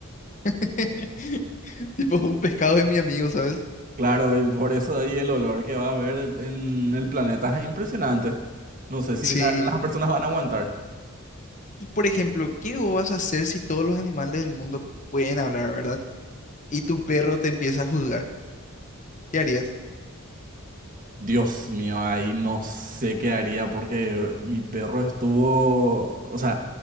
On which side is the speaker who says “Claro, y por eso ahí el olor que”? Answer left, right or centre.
Right